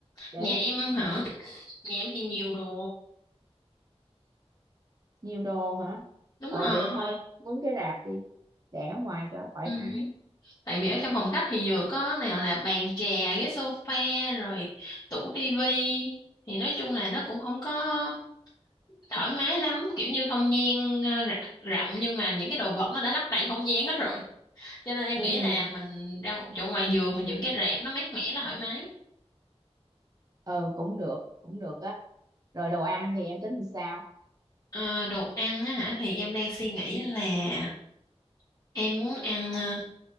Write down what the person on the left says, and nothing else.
nhà em hả nhà em thì nhiều đồ
đúng
rồi
ừ.
tại vì ở trong phòng khách thì vừa có nào là bàn trà ghế sofa rồi tủ tivi thì nói chung là nó cũng không có thoải mái lắm kiểu như không gian ờ, rạ- rộng nhưng mà những cái đồ vật nó đã lấp đầy không gian hết rồi cho nên em
nghĩ là
mình ra một chỗ ngoài giường mình dựng cái rạp nó mát mẻ nó thoải mái
Ờ, đồ ăn á hả thì em đang suy nghĩ là em muốn ăn ờ,